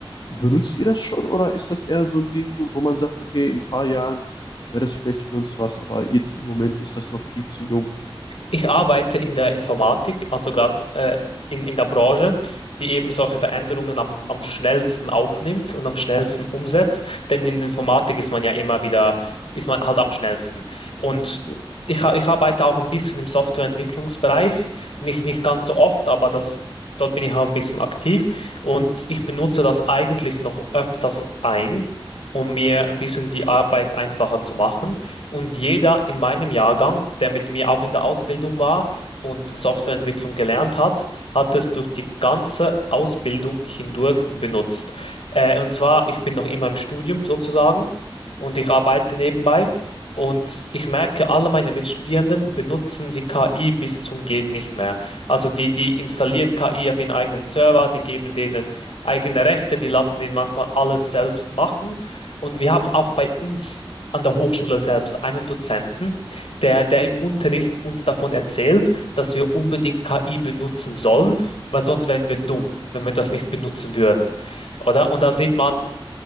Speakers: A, on the left; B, on the left.
A: benutzt ihr das schon oder ist das eher so ein Ding, wo man sagt, okay, in ein paar Jahren wäre das vielleicht für uns was, aber jetzt im Moment ist das noch viel zu jung.
B: Ich arbeite in der Informatik, also gerade äh, in, in der Branche, die eben solche Veränderungen am, am schnellsten aufnimmt und am schnellsten umsetzt. Denn in Informatik ist man ja immer wieder, ist man halt am schnellsten. Und
A: Ja,
B: ich, ha- ich arbeite auch ein bisschen im Softwareentwicklungsbereich, nicht, nicht ganz so oft, aber das, dort bin ich auch ein bisschen aktiv. Und ich benutze das eigentlich noch öfters ein, um mir ein bisschen die Arbeit einfacher zu machen. Und jeder in meinem Jahrgang, der mit mir auch in der Ausbildung war und Softwareentwicklung gelernt hat, hat es durch die ganze Ausbildung hindurch benutzt. Äh, und zwar, ich bin noch immer im Studium sozusagen und ich arbeite nebenbei. Und ich merke, alle meine Mitstudierenden benutzen die KI bis zum geht nicht mehr. Also die, die installieren KI auf ihren eigenen Server, die geben denen eigene Rechte, die lassen denen manchmal alles selbst machen. Und wir haben auch bei uns an der Hochschule selbst einen Dozenten, der, der im Unterricht uns davon erzählt, dass wir unbedingt KI benutzen sollen, weil sonst wären wir dumm, wenn wir das nicht benutzen würden. Oder? Und da sieht man,